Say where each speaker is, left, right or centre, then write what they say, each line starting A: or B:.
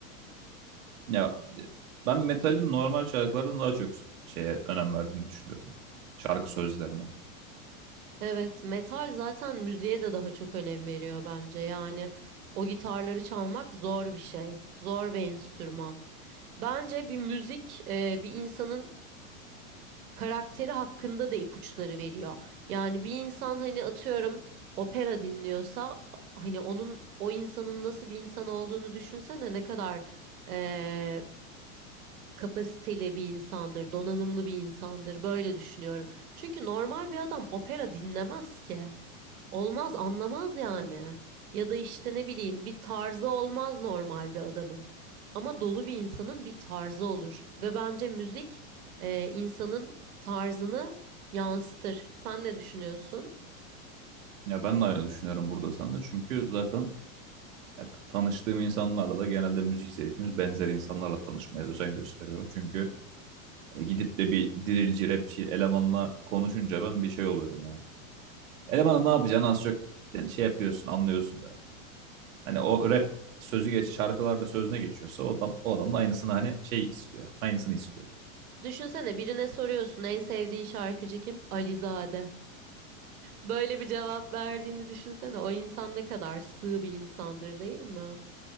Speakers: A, on the right; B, on the right.
A: Ya e, ben metalin normal şarkılardan daha çok şeye önem verdiğini düşünüyorum. Şarkı sözlerine.
B: Evet, metal zaten müziğe de daha çok önem veriyor bence. Yani o gitarları çalmak zor bir şey. Zor bir enstrüman. Bence bir müzik e, bir insanın karakteri hakkında da ipuçları veriyor. Yani bir insan hani atıyorum opera dinliyorsa hani onun o insanın nasıl bir insan olduğunu düşünsene ne kadar e, kapasiteli bir insandır, donanımlı bir insandır. Böyle düşünüyorum. Çünkü normal bir adam opera dinlemez ki. Olmaz, anlamaz yani. Ya da işte ne bileyim bir tarzı olmaz normal bir adamın. Ama dolu bir insanın bir tarzı olur. Ve bence müzik e, insanın tarzını yansıtır. Sen ne düşünüyorsun?
A: Ya ben de aynı düşünüyorum burada seninle. Çünkü zaten ya, t- tanıştığım insanlarla da genelde müzik zevkimiz benzer insanlarla tanışmaya özen gösteriyorum. Çünkü e, gidip de bir dirilci, rapçi elemanla konuşunca ben bir şey oluyorum. Hani. Elemanın ne yapacağını az çok yani şey yapıyorsun, anlıyorsun zaten. Hani o rap sözü geç şarkılarda sözüne geçiyorsa o adam, o adam da aynısını hani şey istiyor. Aynısını istiyor.
B: Düşünsene birine soruyorsun en sevdiğin şarkıcı kim? Alizade. Böyle bir cevap verdiğini düşünsene. O insan ne kadar sığ bir insandır değil mi?